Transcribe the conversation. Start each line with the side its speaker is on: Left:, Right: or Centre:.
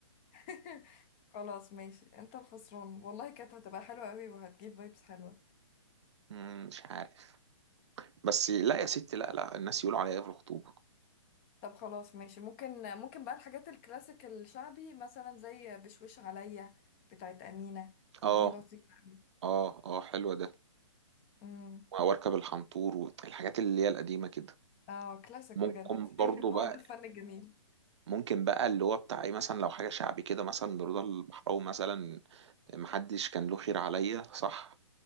Left: <laughs> خلاص ماشي أنت الخسران والله كانت هتبقى حلوة أوي وهتجيب فايبس حلوة
Right: مم، مش عارف بس لا يا ستي لا لا الناس يقولوا عليا إيه في الخطوبه
Left: طب خلاص ماشي ممكن ممكن بقى الحاجات الكلاسيك الشعبي مثلا زي بشوش عليا بتاعت أمينة
Right: اه
Left: دي لطيفة أوي
Right: اه اه حلوه ده
Left: امم
Right: واركب الحنطور والحاجات اللي هي القديمه كده
Left: اه كلاسيك
Right: ممكن
Left: بجد
Right: برضو
Left: ايه هو
Right: بقى
Left: ده الفن الجميل
Right: ممكن بقى اللي هو بتاع ايه مثلا لو حاجه شعبي كده مثلا لرضا البحراوي مثلا محدش كان له خير عليا صح